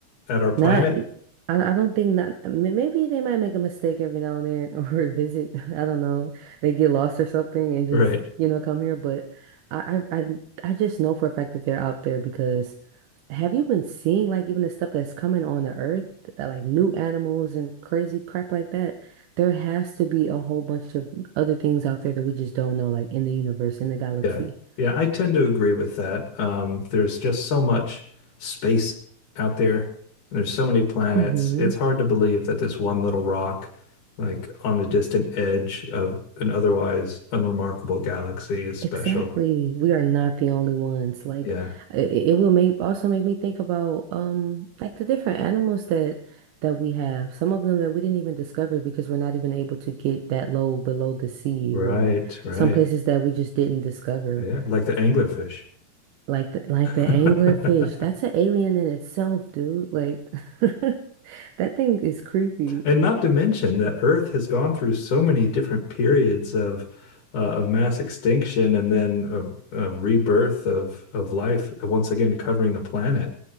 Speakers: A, on the left; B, on the right.
A: at our planet?
B: Not, I, I don't think not, m- maybe they might make a mistake every now and then <laughs> or visit. I don't know. They get lost or something and just,
A: Right.
B: you know, come here. But I, I, I, I just know for a fact that they're out there because have you been seeing like even the stuff that's coming on the earth that, that, like new animals and crazy crap like that? There has to be a whole bunch of other things out there that we just don't know, like in the universe, in the galaxy.
A: Yeah. Yeah, I tend to agree with that. Um, there's just so much space out there, and there's so many planets.
B: Hmm.
A: It's hard to believe that this one little rock, like on a distant edge of an otherwise unremarkable galaxy, is special.
B: Exactly. We are not the only ones. Like
A: Yeah.
B: it, it will make also make me think about um like the different animals that that we have. Some of them that we didn't even discover because we're not even able to get that low below the sea
A: Right,
B: or
A: right.
B: some places that we just didn't discover.
A: Yeah, like the anglerfish.
B: Like the like the anglerfish.
A: <laughs>
B: That's an alien in itself, dude. Like <laughs> that thing is creepy.
A: And not to mention that Earth has gone through so many different periods of uh, of mass extinction and then of, of rebirth of of life, once again covering the planet.